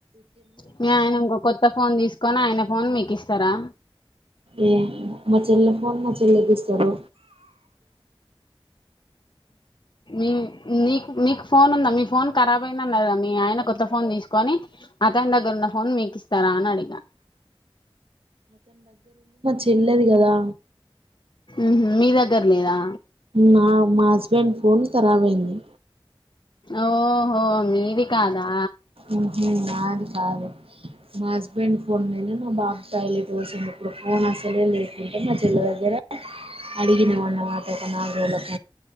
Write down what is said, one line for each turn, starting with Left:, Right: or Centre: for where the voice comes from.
Left: మీ ఆయన ఇంకో కొత్త ఫోన్ తీసుకొని ఆయన ఫోన్ మీకు కిస్తారా
Right: ఏ మచెల్లె ఫోన్ మచెల్లా కిస్తాడు.
Left: మీ మీకు మీకు ఫోన్ ఉందా. మీ ఫోన్ కరాబ్ అయిదన్నరకదా. మీ ఆయన కొత్త ఫోన్ తీసుకొని అతని దగ్గర ఉన్న ఫోన్ మీకు ఇస్తారా అని అడిగా.
Right: తిల్లదు కదా
Left: ఉహు మీ దగ్గర లేదా.
Right: నా మా హస్బెండ్ ఫోన్ ఖరాబయింది.
Left: ఓహో మీది కాదా
Right: ఉహు నాది కాదు. మా హస్బెండ్ ఫోన్ లేదు. అబ్బా టయిలెట్ పోసిండు. ఇప్పుడు ఫోన్ అసలే లేకుంటే మా చెల్ల దగ్గర అడిగిన ఉన్న మాటక నా వెళ్ళక